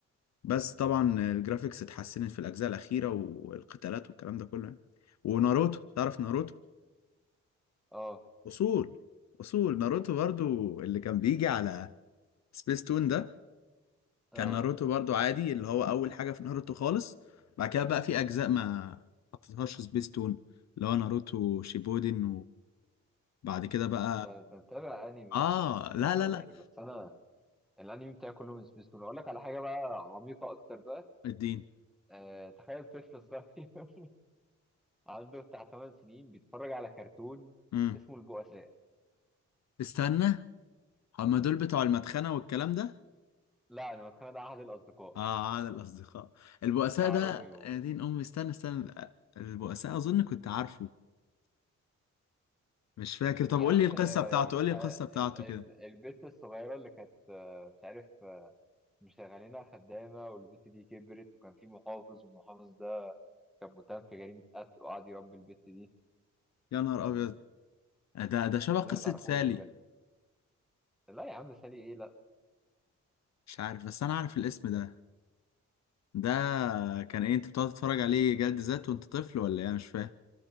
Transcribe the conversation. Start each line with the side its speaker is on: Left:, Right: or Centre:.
Left: بس طبعا الجرافيكس اتحسنت في الاجزاء الاخيره والقتالات والكلام ده كله يعني. وناروتو تعرف ناروتو
Centre: اه
Left: اصول اصول ناروتو برضو اللي كان بيجي على سبيس تون ده كان
Centre: اه
Left: ناروتو برضو عادي اللي هو اول حاجه في ناروتو خالص بعد كده بقى في اجزاء ما حطيتهاش سبيستون اللي هو ناروتو شيبودن وبعد كده بقى
Centre: انت انت متابع انمي
Left: اه
Centre: انمي
Left: لا لا
Centre: قوي
Left: لا
Centre: يعني بس انا الانمي بتاعي كله من سبيستون اقول لك على حاجه بقى عميقه اكتر بقى
Left: الدين
Centre: آه... تخيل طفل صغير <laughs> عنده بتاع 8 سنين بيتفرج على كرتون
Left: امم
Centre: اسمه البؤساء
Left: استنى هما دول بتوع المدخنه والكلام ده
Centre: لا انا متخيل ده احد الاصدقاء
Left: اه عاد الاصدقاء البؤساء
Centre: بتاع
Left: ده
Centre: روميو
Left: يا دين امي استنى استنى البؤساء اظن كنت عارفه مش فاكر طب
Centre: يا
Left: قول
Centre: عم
Left: لي القصه
Centre: آه،
Left: بتاعته قول لي
Centre: بتاع
Left: القصه بتاعته
Centre: ال ال
Left: كده
Centre: البت الصغيرة اللي كانت آه، مش عارف آه، مشغلينها خدامة والبت دي كبرت وكان في محافظ والمحافظ ده كان متهم في جريمة قتل وقعد يربي البت دي
Left: يا نهار
Centre: وال-
Left: ابيض ده ده شبه
Centre: ازاي
Left: قصه
Centre: ما تعرفوش
Left: سالي
Centre: بجد لا يا عم سالي ايه لا
Left: مش عارف بس انا عارف الاسم ده ده كان ايه انت بتقعد تتفرج عليه جلد ذات وانت طفل ولا ايه مش فاهم